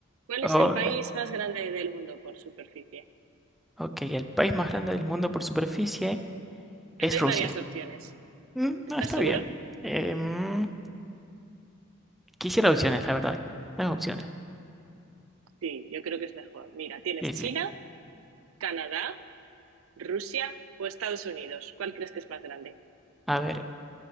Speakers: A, on the right; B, in the centre.
A: ¿Cuál
B: Hola.
A: es el país más grande del mundo por superficie?
B: Ok, el país más grande del mundo por superficie es
A: Te doy
B: Rusia.
A: varias opciones.
B: Mm,
A: ¿Estás
B: no, está
A: seguro?
B: bien. Em, quisiera opciones, la verdad. Las opciones.
A: Sí, yo creo que es mejor. Mira, tienes
B: Sí,
A: China,
B: sí.
A: Canadá, Rusia o Estados Unidos. ¿Cuál crees que es más grande?
B: A ver,